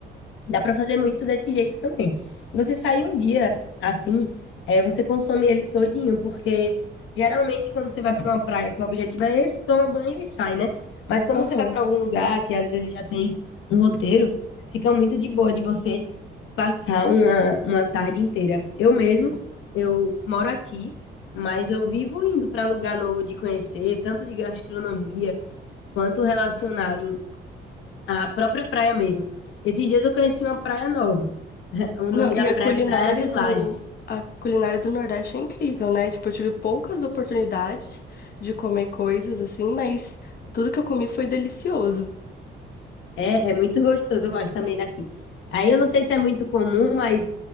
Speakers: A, on the left; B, on the left.
A: Dá para fazer muito desse jeito também. E você sair um dia assim, é, você consome ele todinho, porque geralmente quando você vai para uma praia que o objetivo é esse, toma banho e sai, né? Mas quando
B: Aham.
A: você vai para algum lugar que às vezes já tem um roteiro, fica muito de boa de você passar uma, uma tarde inteira. Eu mesmo, eu moro aqui, mas eu vivo indo para lugar novo de conhecer, tanto de gastronomia quanto relacionado a própria praia mesmo. Esses dias eu conheci uma praia nova. <laughs> O nome
B: Não, e
A: da
B: a
A: praia
B: culinária
A: é Praia de Lages.
B: do a culinária do Nordeste é incrível, né? Tipo, eu tive poucas oportunidades de comer coisas assim, mas tudo que eu comi foi delicioso.
A: É, é muito gostoso, eu gosto também daqui. Aí eu não sei se é muito comum, mas